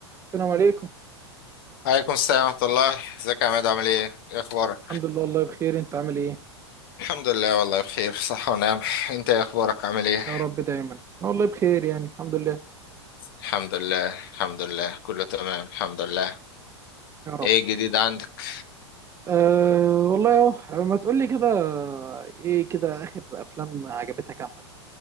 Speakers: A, on the right; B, on the left.
A: السلام عليكم
B: عليكم السلام ورحمة الله ازيك يا عماد عامل ايه؟ ايه اخبارك؟
A: الحمد لله والله بخير انت عامل ايه
B: الحمد لله والله بخير صحة ونعم انت ايه اخبارك عامل ايه؟
A: يا رب دايما أنا والله بخير يعني الحمد لله
B: الحمد لله الحمد لله كله تمام الحمد لله
A: يا رب
B: ايه جديد عندك؟
A: أه والله اهو ما تقول لي كده ايه كده اخر افلام عجبتك عامه